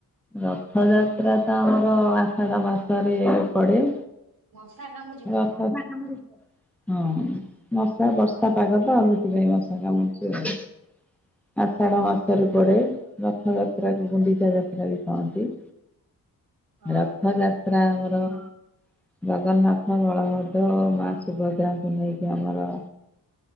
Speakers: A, in the centre; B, on the right.
A: ରଥଯାତ୍ରା ତ ଆମର ଆଷାଢ ମାସରେ ପଡେ
B: ମଶା କାମୁଡିଛି ମତେ।
A: ରଥ <inaudible> ହଁ ମଶା ବର୍ଷା ପାଗ ତ ସେଥିପାଇଁ ମଶା କାମୁଡୁଚି ଆଉ ଆଷାଢ ମାସରେ ପଡେ ରଥଯାତ୍ରାକୁ ଗୁଣ୍ଡିଚା ଯାତ୍ରା ବି କହନ୍ତି -
B: ହଁ
A: ରଥଯାତ୍ରା ଆମର ଜଗନ୍ନାଥ, ବଳଭଦ୍ର ଓ ମା ସୁଭଦ୍ରାଙ୍କୁ ନେଇକି ଆମର